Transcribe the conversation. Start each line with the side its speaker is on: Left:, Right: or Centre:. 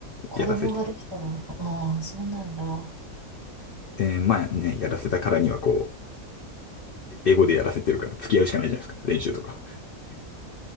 Right: 子供ができたの。
Left: やらせて。
Right: ああ、そうなんだ。
Left: で、まあね、やらせたからにはこう、英語でやらせてるから付き合うしかないじゃないですか、練習とか。